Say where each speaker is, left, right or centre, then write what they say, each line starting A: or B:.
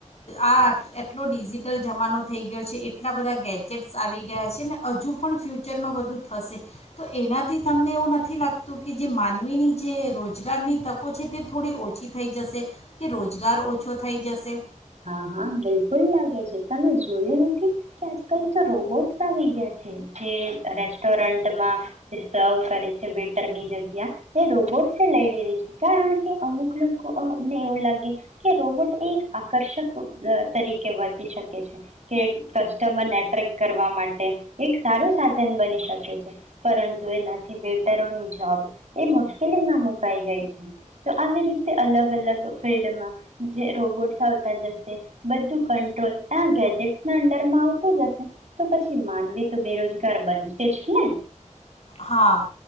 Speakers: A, on the left; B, on the right.
A: આ એટલો ડિજિટલ જમાનો થઈ ગયો છે એટલા બધા ગેજેટ્સ આવી ગયા છે ને હજુ પણ ફ્યુચરમાં બધું થશે તો એના આથી તમને એવું નથી લાગતું કે જે માનવીની જે રોજગારની તકો છે તે થોડી ઓછી થઈ જશે કે રોજગાર ઓછો થઈ જશે
B: હા હા બિલકુલ લાગે છે તમે જોયું નથી કે આજકાલ તો રોબોટ્સ આવી ગયા છે જે રેસ્ટોરન્ટમાં જે સર્વ કરે છે વેટરની જગ્યા એ રોબોટ લઈ લે ર છે કારણ કે અમુક લોકોને એવું લાગે કે રોબોટ એક આકર્ષક તરીકે વર્તી શકે છે કે કસ્ટમરને એટ્રેક્ટ કરવા માટે એક સારું સાધન બની શકે છે પરંતુ ના બેટરોની જોબ એ મુશ્કેલીમાં મુકાઈ ગઈ છે તો આવી રીતે અલગ અલગ ફિલ્ડમાં જે રોબોટ થથા જશે બધુ કટ્રોલ આ ગેજેટ ના અડરમાં આવતો જશે તો પછી માનવી તો બેરોજગાર બનશે જ ને
A: હા